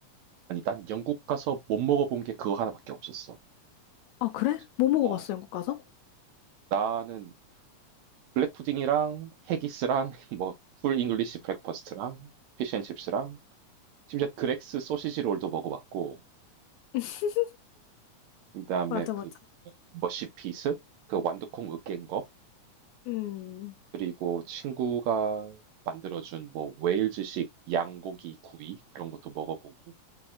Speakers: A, on the right; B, on the left.
A: 아니, 난 영국 가서 못 먹어본 게 그거 하나밖에 없었어.
B: 아, 그래?
A: 맞아.
B: 뭐 먹어봤어,
A: 어,
B: 영국 가서?
A: 나는 블랙 푸딩이랑 해기스랑 <laughs> 뭐 풀 잉글리시 브렉퍼스트랑 피쉬앤칩스랑 심지어 그렉스 소시지 롤도 먹어봤고
B: <laughs>
A: 그다음에
B: 맞아,
A: 그
B: 맞아.
A: 머시피스 그 완두콩 으깬
B: 음,
A: 그리고 친구가 만들어준 뭐 웨일즈식 양고기 구이 그런 것도 먹어보고